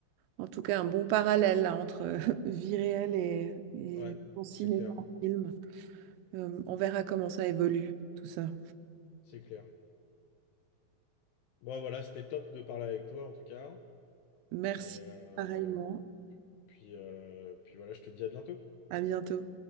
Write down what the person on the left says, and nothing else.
Ouais,
c'est clair,
c'est clair. Bon, voilà, c'était top de parler avec toi en tout cas.
Et euh,
puis, euh, puis voilà, je te dis à bientôt.